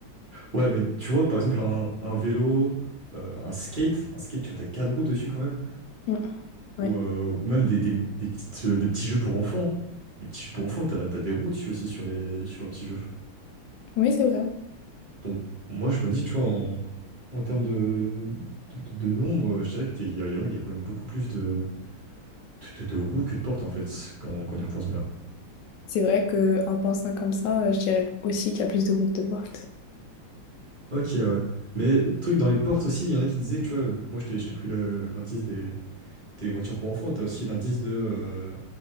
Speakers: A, on the right; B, on the left.
A: Ouais, mais tu vois, par exemple, un, un vélo, euh, un skate, un skate, tu vois, t'as quatre roues dessus quand même,
B: Mm,
A: ou,
B: ouais.
A: euh, ou même des, des, des petites, euh, des petits jeux pour enfants. Les petits jeux pour enfants, t'as, t'as des roues dessus aussi sur les, sur leurs petits jeux.
B: Oui, c'est vrai.
A: Donc, moi, je me dis, tu vois, en, en termes de, de, de- de nombre, euh, je dirais qu'il y a, il y a- il y a quand même beaucoup plus de, de, de- de roues que de portes, en fait, quand, quand on y repense bien.
B: C'est vrai qu'en pensant comme ça, euh, je dirais aussi qu'il y a plus de roues que de portes.
A: Ok, ouais. Mais truc dans les portes aussi, il y en a qui disaient, tu vois, moi, je t'ai je t'ai pris le- l'indice des tes voitures pour enfants, t'as aussi l'indice de euh,